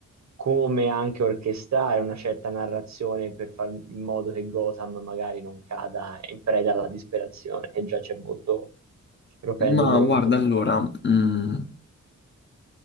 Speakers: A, on the right (about 60°); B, on the left (about 35°).
A: come anche orchestrare una certa narrazione per fare in modo che Gotham magari non cada in preda alla disperazione, che già c'è molto, ci propende
B: Ma
A: molto.
B: guarda, allora... mm,